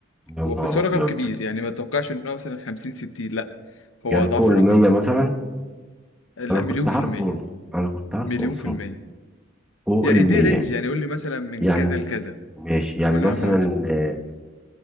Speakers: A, in the centre; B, on the left.
A: يا نهار
B: هو بس
A: ابيض
B: هو رقم كبير يعني ما توقعش إن هو مثلا 50 60 لا هو
A: يعني
B: أضعاف
A: فوق المية
B: الرقم ده
A: مثلا
B: ال-
A: انا كنت
B: مليون في
A: عارفه
B: المية
A: والله انا كنت عارفه
B: مليون
A: اصلا
B: في المية
A: فوق
B: يا
A: المية
B: اديني رينج يعني قول لي مثلا من
A: يعني
B: كذا لكذا
A: ماشي يعني
B: وأنا
A: مثلا
B: موافق
A: آه،